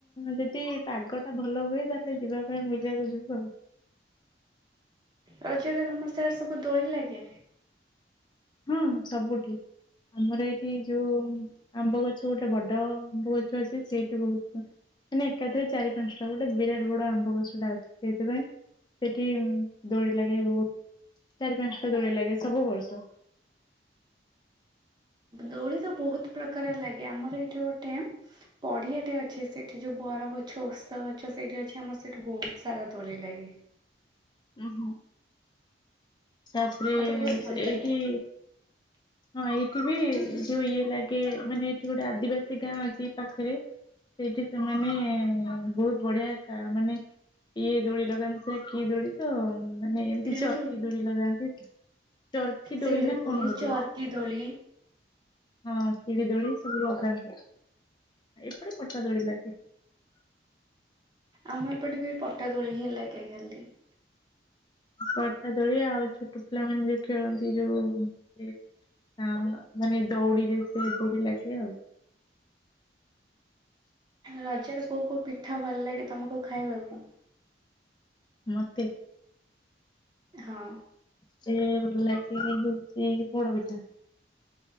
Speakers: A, on the left; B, on the right.
A: ଯଦି ପାଗଟା ଭଲ ହୁଏ ତାହେଲେ ଯିବା ପାଇଁ ବୁଲିବାକୁ ଯିବୁ ଆଉ।
B: ରଜରେ ତମର ସିଆଡେ ସବୁ ଦୋଳି ଲାଗେ?
A: ହଁ ସବୁଠି। ଆମର ଏଇଠି ଯୋଉ ଆମ୍ବ ଗଛ ଗୋଟେ ବଡ଼ ଆମ୍ବ ଗଛ ଅଛି ସେଇଠି ବହୁତ ମାନେ ଏକାଥରେ ଚାରି ପାଞ୍ଚଟା ଗୋଟେ ବିରାଟ ବଡ଼ ଆମ୍ବ ଗଛଟା ଅଛି ସେଇଥିପାଇଁ। ସେଠି ଦୋଳି ଲାଗେ ବହୁତ ଚାରି ପାଞ୍ଚଟା ଦୋଳି ଲାଗେ ସବୁ ବର୍ଷ।
B: ଦୋଳି ତ ବହୁତ ପ୍ରକାର ଲାଗେ ଆମର ଏଇଠି ଗୋଟେ ବଢିଆଟେ ଅଛି ସେଠି ଯୋଉ ବର ଗଛ ଓସ୍ତ ଗଛ ସେଇଠି ଅଛି ଆମର ସେଠି ବହୁତ ସାରା ଦୋଳି ଲାଗେ।
A: ଉଁ ହୁଁ। ତାପରେ
B: ମତେ ବହୁତ ଭଲ
A: ଏଇଠି
B: ଲାଗେ
A: ହଁ ଏଇଠି ବି ଯୋଉ ଇଏ ଲାଗେ ମାନେ ଏଇଠି ଗୋଟେ ଆଦିବାସୀ ଗାଁ ଅଛି ଏ ପାଖରେ ସେଇଠି ସେମାନେ ବହୁତ ବଢିଆ ମାନେ ଇଏ ଦୋଳି ଲଗାନ୍ତି କିଏ ଦୋଡି ତ ମାନେ ଏମିତି
B: ଶିଢି
A: ଚକି ଦୋଳି ଲଗାନ୍ତି। ଚର୍କି
B: ସିଡି
A: ନା
B: ଦୋଳି
A: କଣ ଗୋଟେ
B: ଚାରକି ଦୋଳି।
A: ହଁ ଖିଳି ଦୋଳି ସବୁ ଲଗାନ୍ତି ଏପଟେ ପଟା ଦୋଳି ଲାଗେ।
B: ଆମ ଏପଟେ ବି ପଟା ଦୋଳି ହିଁ ଲାଗେ ଖାଲି।
A: ପଟା ଦୋଳି ଆଉ ଛୋଟ ପିଲାମାନେ ଯୋଉ ଖେଳନ୍ତି ଯୋଉ ଇଏ ହଁ ମାନେ ଦୋଉଡିରେ ସେ ଡୋରି ଲାଗେ ଆଉ।
B: ରଜରେ କୋଉ କୋଉ ପିଠା ଭଲ ଲାଗେ ତମକୁ ଖାଇବାକୁ?
A: ମତେ।
B: ହଁ।
A: ସେ ମତେ ଲାଗେ ହୋଉଚି ପୋଡ ପିଠା।